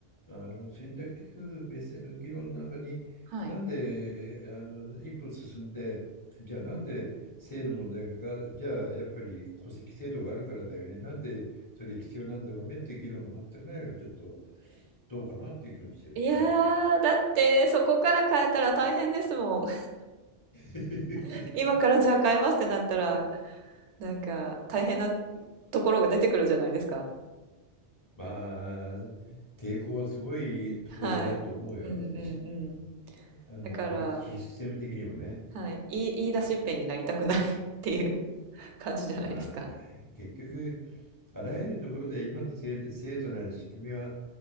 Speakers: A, on the left; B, on the right.
A: あの選択的夫婦別姓の議論の中に、
B: はい
A: なんであの一歩進んで、じゃあなんで性の問題が、
B: うんうん
A: じゃあやっぱり戸籍制度があるからだよね、なんでそれ必要なんだろうねっていう議論が全くないのがちょっとどうかなっていう気もしてる。
B: いやーだってそこから変えたら大変ですもん
A: うん <laughs>
B: <laughs> 今からじゃあ変えますってなったらなんか大変なところが出てくるじゃないですか
A: まあ、抵抗はすごいところになると思うよ。
B: はいうんうんうん
A: しあの、
B: だから
A: システム的にもね。
B: はい言い、言い出しっぺになりたくない <laughs> っていう感じじゃないですか
A: まあ、結局、あらゆるところで今の制制度なり仕組みは